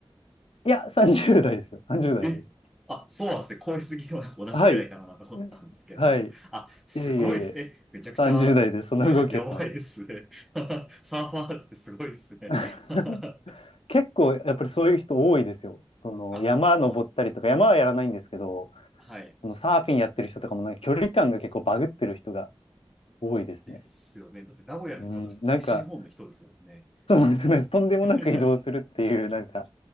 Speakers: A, on the left; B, in the centre.
A: いや、30代ですよ。30代です。
B: え、あ、そうなんですね。恋すぎは同じぐらいかなと思ったんですけど。
A: はい。はい。い
B: あ、すごいですね。
A: えいえいえ。
B: めちゃくちゃ、
A: 30代でその動きやってます。
B: や、やばいですね。<laughs> サーファーってすごいですね。
A: <laughs>
B: <laughs>
A: 結構やっぱりそういう人多いですよ。その山登ったりとか、
B: あ、そうなんです。
A: 山はやらないんですけど、
B: はい。
A: そのサーフィンやってる人とかもなんか距離感が結構バグってる人が多いですね。
B: ですよね。だって名古屋の人とか、
A: うん、なんか、
B: 西日本の人ですもんね。
A: そうですね、
B: いや、
A: とんでもなく移動するっていう、
B: <laughs>
A: なんか、